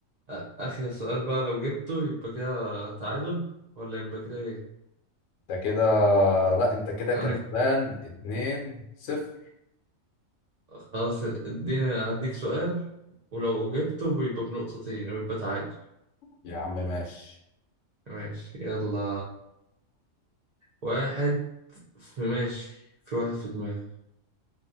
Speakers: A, on the right (about 55°); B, on the left (about 70°).
A: آ- اخر سؤال بقى لو جبته يبقى كده تعادل ولا يبقى كده ايه
B: انت كده لا انت كده كسبان
A: انا
B: 2 0
A: خلاص اديني هديك سؤال ولو جبته بيبقى بنقطتين ويبقى تعادل
B: يا عم ماشي
A: ماشي يلا واحد في ماشي في واحد في دماغي